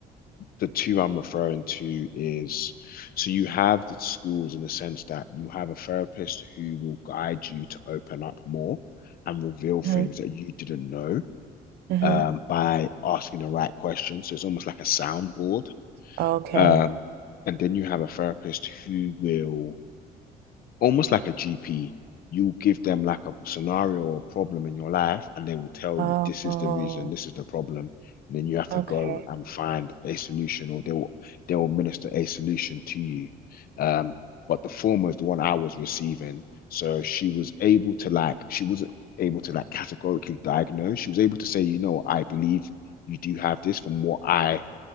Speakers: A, on the left; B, on the right.
A: the two I'm referring to is so you have the schools in the sense that you have a therapist who will guide you to open up more and reveal things
B: Mm-hmm.
A: that you didn't know
B: Mm-hmm.
A: um, by asking the right questions. So it's almost like a soundboard.
B: Okay.
A: Um, and then you have a therapist who will almost like a GP, you give them like a scenario or problem in your life, and they will tell
B: Oh,
A: you this
B: oh,
A: is the reason, this is the problem, and then you have to
B: okay.
A: go and find a solution, or they'll they'll minister a solution to you. Um, but the former is the one I was receiving, so she was able to like she wasn't able to like categorically diagnose. She was able to say, you know, I believe you do have this from what I